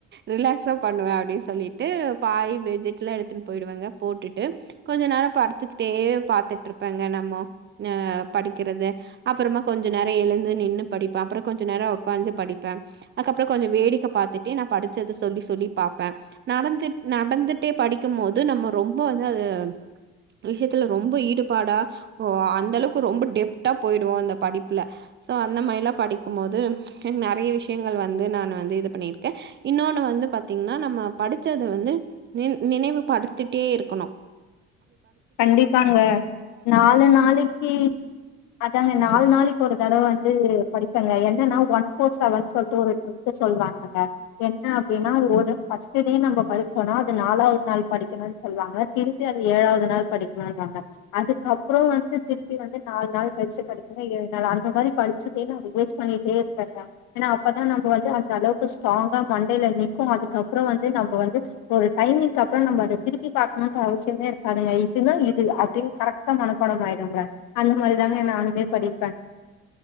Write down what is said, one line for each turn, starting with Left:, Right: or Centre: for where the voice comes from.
Right: ரிலாக்ஸா பண்ணுவே அப்டின் சொல்லிட்டு பாயி பெட்ஜிட்லா எடுத்துட்டு போயிடுவெங்க போட்டுட்டு கொஞ்ச நேர படுத்துக்கிட்டே பாத்துட்ருப்பேங்க நம்ம ஆ படிக்கிறத அப்புறமா கொஞ்ச நேர எழுந்து நின்னு படிப்பே அப்ற கொஞ்ச நேர உக்காஞ்சு படிப்பே அதுக்கப்ற கொஞ்ச வேடிக்க பாத்துட்டே நா படிச்சத சொல்லி சொல்லி பாப்பே நடந்து நடந்துட்டே படிக்கும்மோது நம்ம ரொம் ப அதாது ஒரு விஷ்யத்துல ரொம்ப ஈடுபாடா ஒ அந்தளவ்க்கு ரொம்ப டெப்த்தா போயிடுவோ அந்த படிப்புல சோ அந்த மாரிலா படிக்கும்மோது நெறைய விஷ்யங்கள் வந்து நான் வந்து இது பண்ணிருக்கே இன்னோனு வந்து பாத்தீங்னா நம்ம படிச்சத வந்து நி‌ நினைவு படுத்தி ட்டே இருக்கனு
Left: கண்டிப்பாங்க நாலு நாளைக்கி அதாங்க
Right: இது-
Left: நாலு நாளைக்கி ஒரு தடவ வந்து படிப்பேங்க என்னனா ஒன் ஃபோர் செவன் சொல்ட்டு ஒரு ட்ரிக்கு சொல்வாங்கங்க என்ன அப்டின்னா ஒரு ஃபர்ஸ்ட்டு டே நம்ப படுச்சோனா அது நாலாவது நாள் படிக்கணுன் சொல்வாங்க திருப்பி அத ஏழாவ்து நாள் படிக்கணுன்னாங்க அதுக்கப்றொ வந்து திருப்பி வந்து நாலு நாள் கழிச்சி படிக்கணு ஏழு நாள் அந்த மாரி படிச்சதே நா ரிவைஸ் பண்ணிட்டே இருப்பேங்க ஏனா அப்பதா நம்ம வந்து அந்த அளவுக்கு ஸ்ட்ராங்கா மண்டைல நிக்கு அதுக்கப்ற வந்து நம்ம வந்து ஒரு டைமிங்கப்றொ நம்ம அத திருப்பி பாக்கணுன்ட்டு அவசியமே இருக்காதுங்க இதுதா இது அப்டின் கரெக்டா மனப்பாடம் ஆயிடுங்க அந்த மாரிதாங்க நானுமே படிப்பே